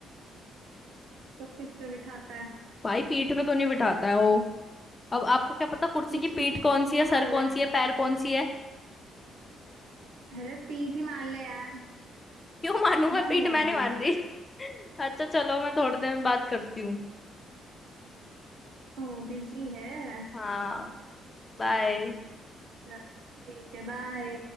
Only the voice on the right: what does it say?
तो किस पे बिठाता है
उसकी
पीठ
ही
मान
ले
अरे पीठ ही मान ले यार
One
more
one
more
ओ बिजी है
चल ठीक है बाय